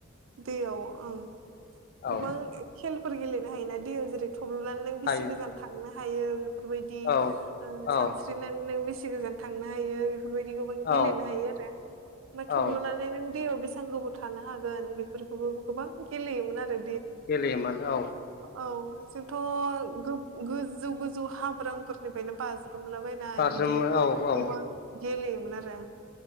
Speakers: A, on the right (about 80°); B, on the left (about 50°).
A: दैयाव ओं गोबां
B: औ
A: खेलफोर गेलेनो हायोना दैयाव जेरै थब्ल'नानै नों बेसे
B: हायो
A: गोजान थांनो हायो बेफोरबायदि
B: औ
A: सानस्रिनानै
B: औ
A: नों बेसे गोजान थांनो हायो बेफोरबायदि गोबां
B: औ
A: गेलेनो हायो आरो ओमफ्राय
B: औ
A: थब्ल'नानै नों बेसां गोबाव थानो हागोन बेफोरखौबो गोबां गेलेयोमोन आरो
B: गेलेयोमोन औ
A: आव औ जोंथ' गोब गोजौ गोजौ हाब्रांफोरनिफ्रायनो बाज्रो रुम लाबायनाय
B: बारजुमो
A: बिदि
B: औ औ
A: गोबां गेलेयोमोन आरो